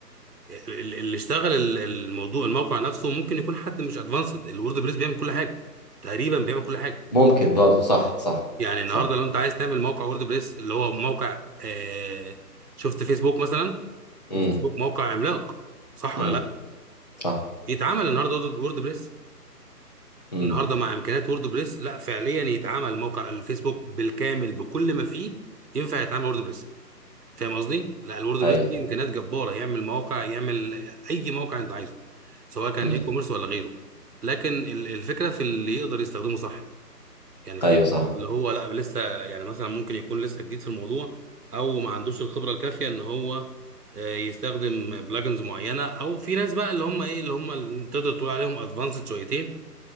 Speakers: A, on the right; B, on the left.
A: ال- اللي اشتغل ال- الموضوع الموقع نفسه ممكن يكون حد مش ادفانسد الورد بريس بيعمل كل حاجه تقريبا بيعمل كل حاجه
B: ممكن برضه صح صح
A: يعني النهارده
B: صح
A: لو انت عايز تعمل موقع وورد بريس اللي هو موقع آه شفت فيسبوك مثلا
B: امم
A: فيسبوك موقع عملاق صح
B: امم
A: ولا
B: صح
A: يتعامل النهارده وورد وورد بريس
B: امم
A: النهارده مع امكانيات وورد بريس لا فعليا يتعامل موقع الفيسبوك بالكامل بكل ما فيه ينفع يتعامل وورد بريس فاهم قصدي؟ لا الوورد
B: ايوه
A: بريس فيه امكانيات جباره يعمل مواقع يعمل اي موقع انت عايزه سواء كان
B: امم
A: اي كوميرس ولا غيره لكن ال- الفكره في اللي يقدر يستخدمه صح يعني في
B: ايوه صح
A: اللي هو لا لسه يعني مثلا ممكن يكون لسه جديد في الموضوع او ما عندوش الخبره الكافيه ان هو آه، يستخدم بلجنز معينه او في ناس بقى اللي هم ايه اللي هم اللي تقدر تقول عليهم ادفانسد شويتين